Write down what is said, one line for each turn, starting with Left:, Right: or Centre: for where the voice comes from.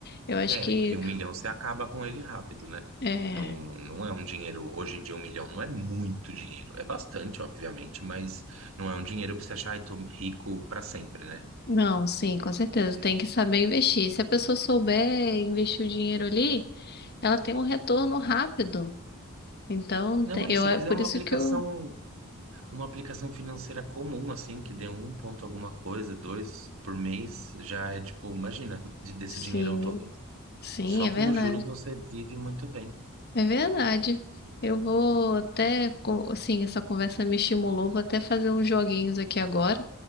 Left: Eu acho
Right: É,
Left: que
Right: que um milhão você acaba com ele rápido, né?
Left: é...
Right: Não, não é um dinheiro. Hoje em dia, um milhão não é muito dinheiro. É bastante, obviamente, mas não é um dinheiro pra você achar, ai, tô rico pra sempre, né?
Left: Não, sim, com certeza,
Right: Porque.
Left: tem que saber investir. Se a pessoa souber investir o dinheiro ali, ela tem um retorno rápido. Então,
Right: Não,
Left: te-
Right: aí,
Left: eu
Right: se
Left: é
Right: fizer
Left: por
Right: uma
Left: isso
Right: aplicação
Left: que eu
Right: Uma aplicação financeira comum, assim, que dê um ponto alguma coisa, dois por mês, já é tipo, imagina, de- desse
Left: Sim,
Right: dinheirão todo.
Left: sim,
Right: Só
Left: é
Right: com
Left: verdade.
Right: os juros você vive muito bem.
Left: É verdade. Eu vou até, co- assim, essa conversa me estimulou, vou até fazer uns joguinhos aqui agora.